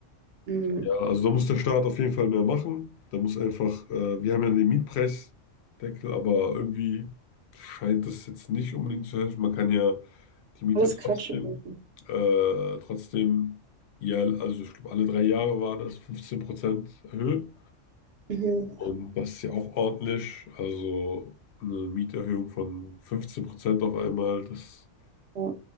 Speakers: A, on the right; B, on the left.
A: Mhm.
B: ja, also da muss der Staat auf jeden Fall mehr machen. Da muss einfach, äh, wir haben ja den Mietpreisdeckel, aber irgendwie scheint das jetzt nicht unbedingt zu helfen. Man kann ja die Miete
A: Alles
B: trotzdem,
A: Quatsch. ey.
B: äh, trotzdem, ja, also ich glaube, alle drei Jahre war das 15% erhöhen.
A: Mhm.
B: Und das ist ja auch ordentlich. Also eine Mieterhöhung von 15% auf einmal, das,
A: Ja.